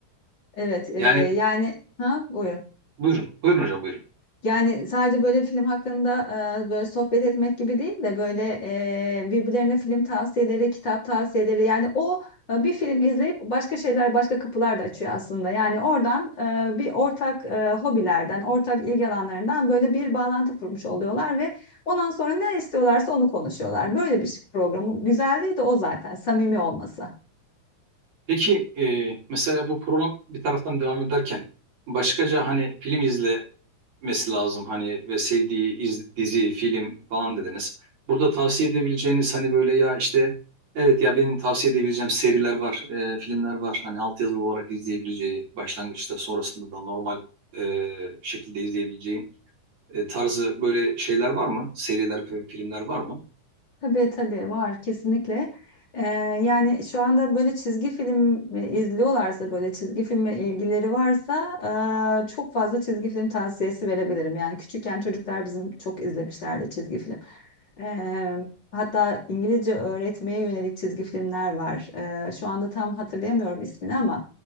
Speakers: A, on the left; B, on the right.
A: Evet, e,
B: Yani
A: yani ha buyur.
B: buyurun, buyurun hocam buyurun.
A: Yani sadece böyle film hakkında e, böyle sohbet etmek gibi değil de böyle e, birbirlerine film tavsiyeleri, kitap tavsiyeleri yani o e, bir film izleyip başka şeyler, başka kapılar da açıyor aslında. Yani oradan e, bir ortak e, hobilerden, ortak ilgi alanlarından böyle bir bağlantı kurmuş oluyorlar ve ondan sonra ne istiyorlarsa onu konuşuyorlar. Böyle bir programın güzelliği de o zaten samimi olması.
B: Peki e, mesela bu program bir taraftan devam ederken başkaca hani film izlemesi lazım hani ve sevdiği iz- dizi, film falan dediniz. Burada tavsiye edebileceğiniz hani böyle ya işte evet ya benim tavsiye edebileceğim seriler var, e, filmler var. Hani altyazılı olarak izleyebileceği başlangıçta sonrasında da normal e, şekilde izleyebileceği. e, tarzı böyle şeyler var mı? Seriler, fi- filmler var mı?
A: Tabii tabii var kesinlikle. Ee, yani şu anda böyle çizgi film izliyorlarsa böyle çizgi filme ilgileri varsa e, çok fazla çizgi film tavsiyesi verebilirim. Yani küçükken çocuklar bizim çok izlemişlerdi çizgi film. Ee, hatta İngilizce öğretmeye yönelik çizgi filmler var. Ee, şu anda tam hatırlayamıyorum ismini ama